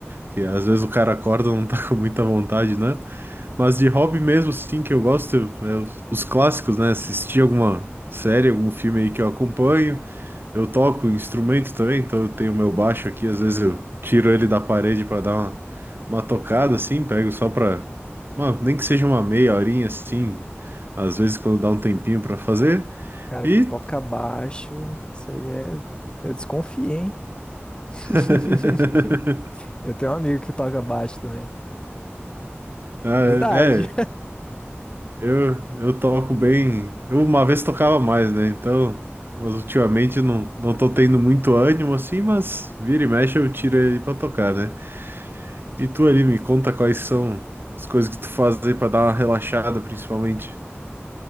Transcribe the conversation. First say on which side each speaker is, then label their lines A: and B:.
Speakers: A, on the right; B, on the left.
A: Que às vezes o cara acorda e não tá <laughs> com muita vontade, né? Mas de hobby mesmo, sim, que eu gosto, é os os clássicos, né? Assistir alguma série, algum filme aí que eu acompanho. Eu toco instrumento também, então eu tenho meu baixo aqui, às vezes eu tiro ele da parede para dar uma, uma tocada, assim, pego só pra. uma- nem que seja uma meia horinha, assim, às vezes quando dá um tempinho para fazer.
B: Cara
A: E.
B: que toca baixo, isso aí é. Eu desconfiei, hein? <laughs>
A: <laughs>
B: Eu tenho um amigo que toca baixo também.
A: Ah,
B: Raridade.
A: É, é, Eu, eu toco bem. Eu uma vez tocava mais, né? Então, mas ultimamente não, não tô tendo muito ânimo assim, mas vira e mexe eu tiro ele pra tocar, né? E tu ali me conta quais são as coisas que tu faz aí pra dar uma relaxada, principalmente.